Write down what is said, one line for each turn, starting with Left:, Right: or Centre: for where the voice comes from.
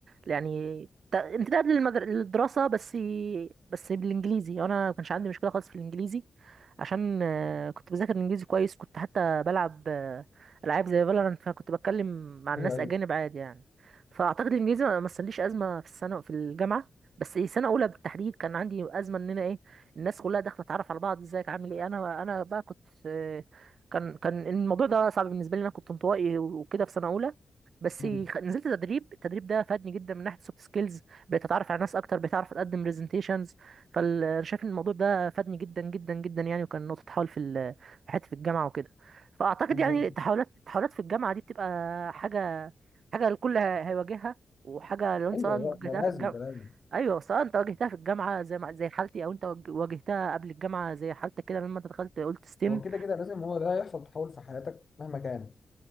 Right: يعني ت- امتداد للمدر... للدراسه بس بس بالانجليزي انا ما كانش عندي مشكله خالص في الانجليزي عشان آه، كنت بذاكر الانجليزي كويس كنت حتى بلعب آه، العاب زي فالورانت فكنت بتكلم مع الناس
Left: ايوه ايوه
Right: اجانب عادي يعني فاعتقد الانجليزي ما ما مثليش ازمه في السنه في الجامعه بس سنه اولى بالتحديد كان عندي ازمه ان انا ايه الناس كلها داخله تعرف على بعض ازيك عامل ايه انا انا بقى كنت آه، كان كان الموضوع ده صعب بالنسبه لي انا كنت انطوائي وكده في سنه اولى بس
Left: مم.
Right: خ- نزلت تدريب التدريب ده فادني جدا من ناحيه سوفت سكيلز بقيت اتعرف على ناس اكتر بقيت اعرف اقدم برزنتيشنز فانا شايف ان الموضوع ده فادني جدا جدا جدا يعني وكان نقطه تحول في ال- في حياتي في الجامعه وكده فاعتقد
Left: مم.
Right: يعني التحولات التحولات في الجامعه دي بتبقى حاجه حاجه الكل هي- هيواجهها وحاجه لو انت
Left: ايوه
Right: سواء
Left: لا،
Right: واجهتها
Left: ده لازم
Right: في الجامعه
Left: ده لازم
Right: ايوه سواء انت واجهتها في الجامعه زي ما زي حالتي او انت واج- واجهتها قبل الجامعه زي حالتك كده لما انت دخلت قلت ستيم
Left: هو كده كده لازم هو ده يحصل تحول في حياتك مهما كان